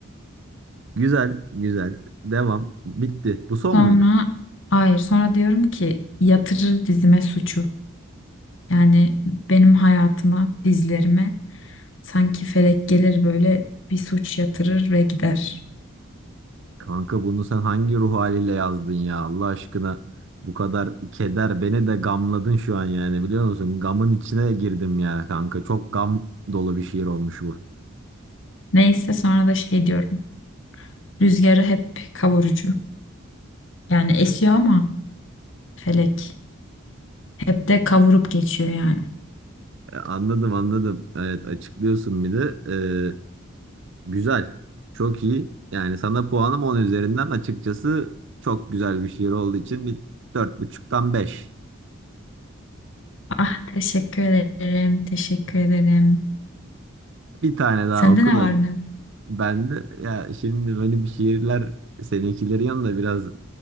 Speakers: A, on the right; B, on the left.
A: Güzel, güzel. Devam. Bitti. Bu son
B: Sonra,
A: muydu?
B: hayır, sonra diyorum ki yatırır dizime suçu. Yani benim hayatıma, dizlerime sanki felek gelir böyle bir suç yatırır ve gider.
A: Kanka bunu sen hangi ruh haliyle yazdın ya? Allah aşkına bu kadar keder beni de gamladın şu an yani biliyor musun? Gamın içine girdim ya kanka. Çok gam dolu bir şiir olmuş bu.
B: Neyse sonra da şey diyorum. Rüzgarı hep kavurucu. Yani esiyor ama felek hep de kavurup geçiyor yani.
A: Ee, Anladım anladım. Evet açıklıyorsun bir de. Ee, güzel. Çok iyi. Yani sana puanım 10 üzerinden açıkçası çok güzel bir şiir olduğu için bir dört buçuktan beş
B: Ah teşekkür ederim, teşekkür ederim.
A: Bir tane daha
B: Sende
A: oku
B: ne
A: da
B: var ne? yok?
A: ben de ya şimdi benim şiirler seninkileri yanında biraz